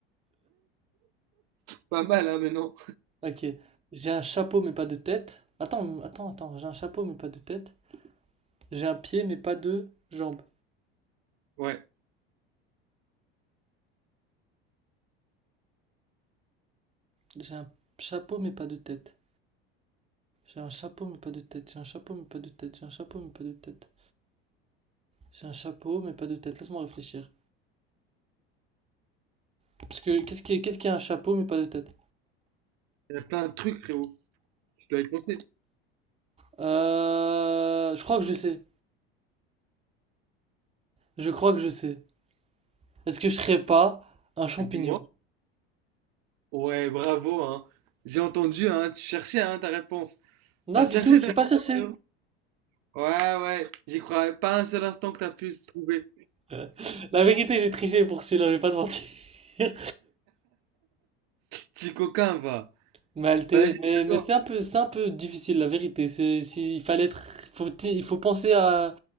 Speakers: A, on the right; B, on the right.
A: Pas mal, hein, mais non.
B: Ok. J'ai un chapeau, mais pas de tête. Attends, attends, attends. J'ai un chapeau, mais pas de tête. J'ai un pied, mais pas de jambes.
A: Ouais.
B: J'ai un chapeau, mais pas de tête. J'ai un chapeau, mais pas de tête. J'ai un chapeau, mais pas de tête. J'ai un chapeau, mais pas de tête. J'ai un chapeau, mais pas de tête. Laisse-moi réfléchir. Parce que qu'est-ce qui est, qu'est-ce qui a un chapeau, mais pas de tête?
A: Il y a plein de trucs, frérot. Tu dois y penser.
B: Euh, je crois que je sais. Je crois que je sais. Est-ce que je serais pas un champignon?
A: Dis-moi. Ouais, bravo, hein. J'ai entendu, hein. Tu cherchais, hein, ta réponse.
B: Non,
A: T'as cherché
B: du tout.
A: ta
B: J'ai
A: réponse,
B: pas cherché.
A: frérot. Ouais, ouais. J'y croyais pas un seul instant que t'as pu se trouver.
B: <laughs> La vérité, j'ai triché pour celui-là, je vais pas te mentir. <laughs>
A: Petit coquin, va.
B: Mais, elle t'est-
A: Vas-y,
B: mais,
A: d'accord.
B: mais c'est un peu, c'est un peu difficile, la vérité. C'est, si- il fallait être, faut, il faut penser à,